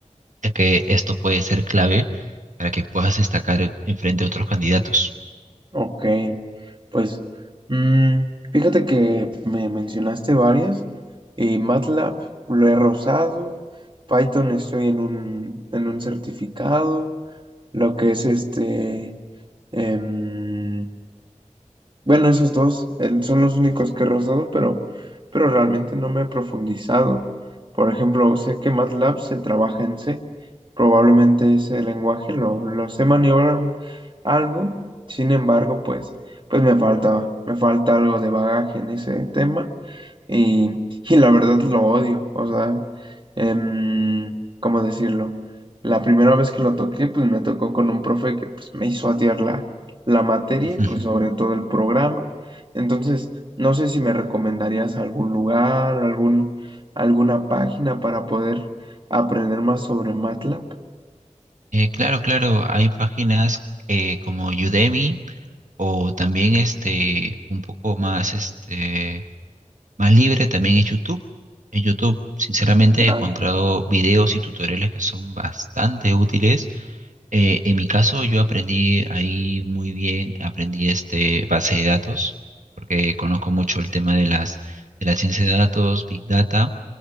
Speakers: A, on the right (about 80°); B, on the right (about 40°).
A: ya que esto puede ser clave para que puedas destacar enfrente a otros candidatos.
B: Ok, pues mm, fíjate que me mencionaste varias. eh, MATLAB lo he rozado, Python estoy en un, en un certificado, lo que es este, em, bueno, esos dos el- son los únicos que he rozado, pero, pero realmente no me he profundizado. Por ejemplo, sé que MATLAB se trabaja en C. Probablemente ese lenguaje lo, lo sé maniobrar algo. Sin embargo, pues, pues me falta, me falta algo de bagaje en ese tema. Y, y la verdad lo odio. O sea, em, ¿cómo decirlo? La primera vez que lo toqué, pues me tocó con un profe que pues, me hizo atiarla la materia
A: <laughs>
B: y pues sobre todo el programa. Entonces, no sé si me recomendarías algún lugar, algún, alguna página para poder aprender más sobre MATLAB.
A: Eh, claro, claro, hay páginas eh, como Udemy o también este un poco más este más libre también es YouTube. En YouTube, sinceramente, he
B: Ah,
A: encontrado videos y tutoriales que son bastante útiles. Eh, en mi caso, yo aprendí ahí muy bien, aprendí este base de datos, porque conozco mucho el tema de las de la ciencia de datos, Big Data.